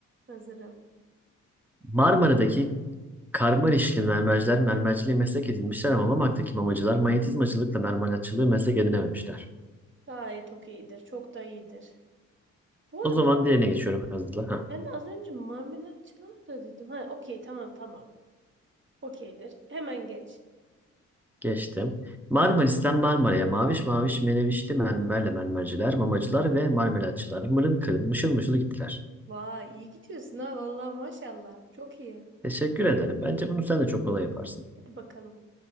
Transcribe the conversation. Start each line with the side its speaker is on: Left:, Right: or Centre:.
Right: Hazırım.
Centre: Marmara'daki Karmanişli mermerciler mermerciliği meslek edinmişler ama Mamak'taki mamacılar manyetizmacılıkla mermerlatçılığı meslek edinememişler.
Right: Gayet okeyidir. Çok da iyidir. Bu
Centre: O
Right: arada
Centre: zaman diğerine geçiyorum hızlı. Heh.
Right: ben az önce marmelatçılar da dedim. Ha okey tamam tamam. Okeydir. Hemen geç.
Centre: Geçtim. Marmaris'ten Marmara'ya maviş maviş melevişli mermerle mermerciler, mamacılar ve marmelatçılar mırın kırın mışıl mışıl gittiler.
Right: Vay iyi gidiyorsun ha vallahi maşallah. Çok iyi.
Centre: Teşekkür ederim. Bence bunu sen de çok kolay yaparsın.
Right: Hadi bakalım.